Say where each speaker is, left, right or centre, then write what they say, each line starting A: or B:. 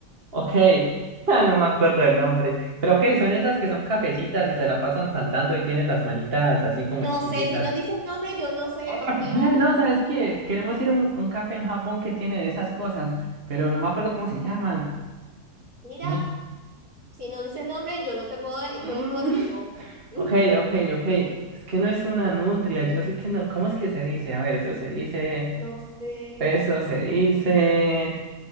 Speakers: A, on the right; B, on the right.
A: Ok. <laughs> Ah, no me acuerdo del nombre. Pero ok, son esas que son cafecitas y se la pasan saltando y tienen las manitas así como
B: No
A: chiquiticas.
B: sé, si no dices nombre, yo no sé de qué
A: Ah,
B: me hablas.
A: No, ¿sabes qué? Queremos ir a un, a un café en Japón que tiene de esas cosas, pero no me acuerdo cómo se llaman.
B: Mira,
A: No.
B: Si no dices nombre, yo no te puedo,
A: Mm,
B: yo puedo decir no.
A: <laughs>
B: Mm.
A: ok, ok, ok. Es que no es una nutria, yo sé que no. ¿Cómo es que se dice? A ver, eso se dice.
B: No sé.
A: Eso se dice.